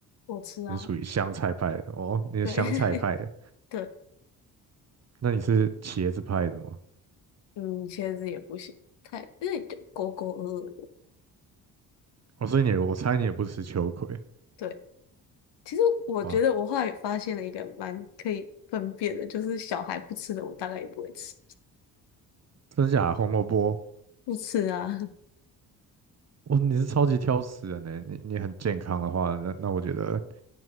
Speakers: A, on the left; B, on the right.
A: 我吃啊，
B: 你是属于香菜派的哦，你是香菜派的，
A: 对 <laughs> 对，
B: 那你是茄子派的吗？
A: 嗯，茄子也不行，太，因为就勾勾呃呃的，
B: 哦，所以你我猜你也不吃秋葵，
A: 对，其实我觉得我后来也发现了一个蛮可以分辨的，
B: 哇，
A: 就是小孩不吃的，我大概也不会吃。
B: 真假的红萝卜，
A: 不吃啊，
B: 哇，你是超级挑食人呢，你你很健康的话，那那我觉得